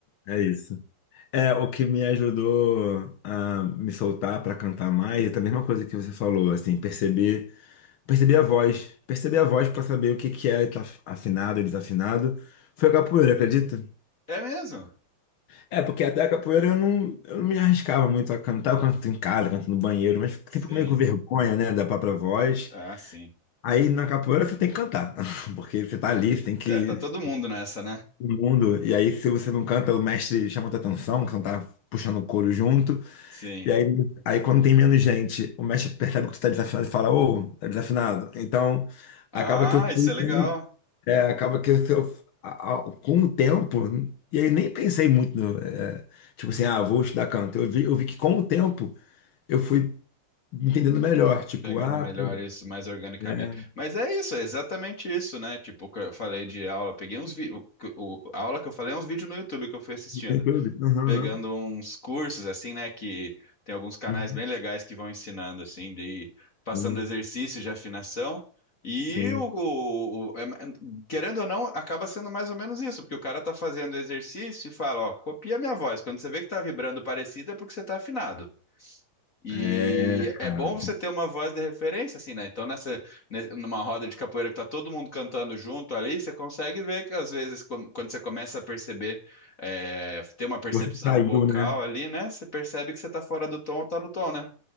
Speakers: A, on the left (about 80°); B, on the left (about 35°).
A: é isso. É, o que me ajudou a me soltar para cantar mais, é a mesma coisa que você falou, assim, perceber, perceber a voz, perceber a voz para saber o que que é tá afinado e desafinado, foi a capoeira, acredita?
B: É mesmo?
A: É, porque até a capoeira eu não, eu não me arriscava muito a cantar, eu canto em casa, canto no banheiro, mas fico
B: Sim.
A: sempre meio com vergonha, né, da própria voz.
B: Ah, sim.
A: Aí na capoeira você tem que cantar, <laughs> porque você tá ali, você tem que
B: É, tá todo mundo nessa, né?
A: o mundo. E aí, se você não canta, o mestre chama tua atenção, que você não tá puxando o coro junto.
B: Sim.
A: E aí, aí quando tem menos gente, o mestre percebe que tu tá desafinado e fala, ô, tá desafinado. Então,
B: Ah,
A: acaba que eu fui,
B: isso é
A: tendo-
B: legal.
A: é, acaba que eu, eu- a- a- com o tempo, e aí nem pensei muito no, é, tipo assim, ah, vou estudar canto. Eu vi, eu vi que com o tempo eu fui entendendo melhor, tipo,
B: Pegando
A: ah,
B: melhor
A: pô,
B: isso, mais organicamente.
A: é,
B: Mas é isso, é exatamente isso, né? Tipo, o que eu falei de aula, eu peguei uns vídeos. A aula que eu falei é uns vídeos no YouTube que eu fui assistindo.
A: tem clube. Aham,
B: pegando
A: aham.
B: uns cursos assim, né, que tem alguns canais
A: Uhum.
B: bem legais que vão ensinando assim, de ir passando
A: Sim,
B: exercícios de afinação. E
A: sim.
B: o, o- o- é- querendo ou não, acaba sendo mais ou menos isso, porque o cara tá fazendo exercício e fala, ó, copia minha voz. Quando você vê que tá vibrando parecido, é porque você tá afinado. E
A: É, cara.
B: é bom você ter uma voz de referência, assim, né? Então, nessa, ne- numa roda de capoeira que tá todo mundo cantando junto ali, você consegue ver que às vezes, quan- quando você começa a perceber, é, ter uma percepção
A: Você saiu,
B: vocal
A: né?
B: ali, né? Você percebe que você tá fora do tom ou tá no tom, né?